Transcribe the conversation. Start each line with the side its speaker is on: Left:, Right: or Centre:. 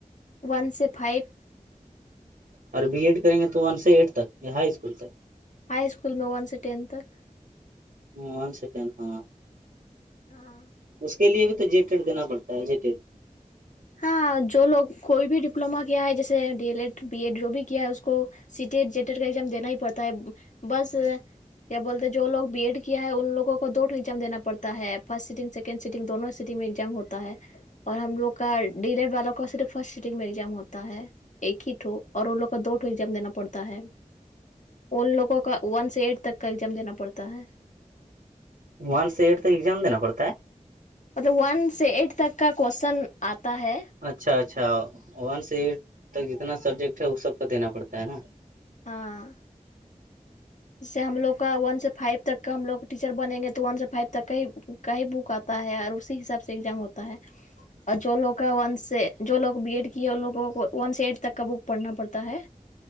Left: ون سے فائیو
Right: اور بی ایڈ کریں گے تو ون سے ایٹ تک ہائی اسکول تک
Left: ہائی اسکول میں ون س سے ٹینت تک
Right: ون سے ٹین ہاں
Left: ہ <unintelligible>
Right: اس کے لیے بھی تو جیٹیڈ دینا پڑتا ہے جیٹیڈ
Left: ہاں جو لوگ کوئی بھی ڈپلوما کیا ہے جیسے D El Ed B Ed جو بھی کیا ہے اس کو سیٹیٹ جٹیٹ کا ایگزام دینا ہی پڑتا ہے بس کیا بولتے ہیں جوو بی ایڈ کیا ہے ان لوگ کو دوٹو ایگزام دینا پڑتا ہے فرسٹ سنگ س سنڈ سگ دونوں سیٹگ میںزام ہوتا ہے اور ہم لوگ کا ڈیلڈ والوں کا صرف فرسٹ سیٹنگ میں ایگزام ہوتا ہے ایک ہی ٹو اور ان لوگ کا دو ٹو ایگزام دینا پڑتا ہے ان لوگوں کا ون سے ایٹ تک کا ایگزام دینا پڑتا ہے
Right: ون سے ایٹ تک ایگزام دینا پڑتا ہے
Left: مطلب ون سے ایٹ تک کا کوشن آتا ہے
Right: اچھا اچھا ون س ایٹ تک جتنا سبجیکٹ ہے وہ سب کو دینا پڑتا ہے نا
Left: ہاں <unintelligible> جس سے ہم لوگ کا ون سے فائیو تک کا ہم لو ٹیچر بنیں گے تو ون سے فائیو تک کا ہی کا ہی بک آ ہوتا ہے اور اسی حساب سے ایگزام ہوتا ہے
Right: <inaudible>
Left: اور جو لوگ کا ون سے جو لوگ بی ایڈ کی ہے ان لوگوں کو ون سے ایڈ تک کا بک پڑھنا پڑتا ہے